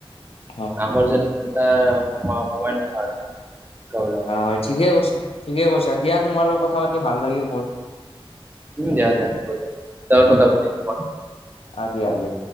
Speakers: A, on the left; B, on the right.
A: হয়
B: আমাৰ যে সময় সময় নহ'ল শিক্ষকবিলা
A: হয়, ঠিকে কৈছা ঠিকে কৈছা। দিয়া তোমাৰ লগত কথা পাতি ভাল লাগিল মোৰ।
B: উম, দিয়া দিয়া। হ'ব দিয়া পিছত কথা পাতিম মই।
A: অ', দিয়া দিয়া।